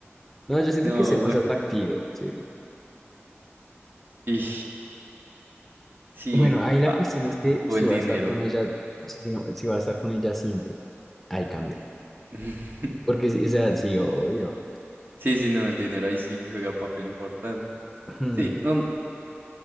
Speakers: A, in the centre; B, on the right (about 50°).
A: No, yo siento
B: no,
A: que ser más atractivo, sí.
B: y sí,
A: Bueno, ahí la
B: baila.
A: cuestión es que
B: O
A: si
B: el
A: va
B: dinero.
A: a estar con ella, si no, si va a estar con ella siempre, ahí cambia.
B: <laughs>
A: Porque, sí, o sea, sí, obvio.
B: sí, sí, no, el dinero ahí sí juega un papel importante.
A: Hmm,
B: Sí, no,